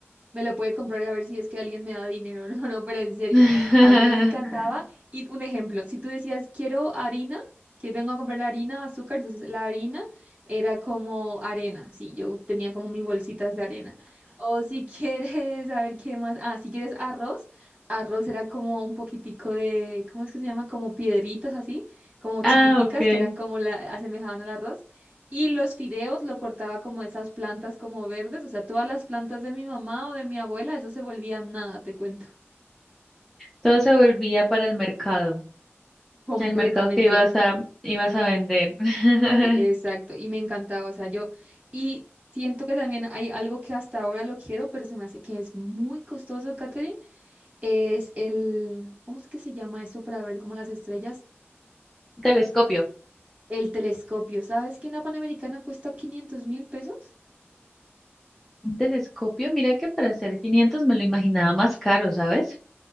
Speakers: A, on the right (about 30°); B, in the centre.
A: Me lo puede comprar y a ver si es que alguien me da dinero. <laughs> No, no, pero en serio,
B: <laughs>
A: a mí me encantaba. Y un ejemplo, si tú decías, quiero harina, que vengo a comprar la harina, azúcar, entonces la harina era como arena, sí, yo tenía como mis bolsitas de arena. O si <laughs> quieres, a ver qué más, ah, si quieres arroz, arroz era como un poquitico de, ¿cómo es que se llama? Como piedritas así, como chiquiticas
B: Ah, ok.
A: que eran como la, asemejaban al arroz. Y los fideos lo cortaba como esas plantas como verdes, o sea, todas las plantas de mi mamá o de mi abuela, eso se volvía nada, te cuento,
B: Todo se volvía para el mercado,
A: <laughs> completamente.
B: el mercado que ibas a, ibas a vender. <laughs>
A: E- Exacto, y me encantaba, o sea, yo, y siento que también hay algo que hasta ahora lo quiero, pero se me hace que es muy costoso, Katherine, es el, ¿cómo es que se llama esto para ver como las estrellas?
B: Un telescopio.
A: El telescopio, ¿sabes que en la Panamericana cuesta quinientos mil pesos?
B: Un telescopio, mira que para hacer 500 me lo imaginaba más caro, ¿sabes?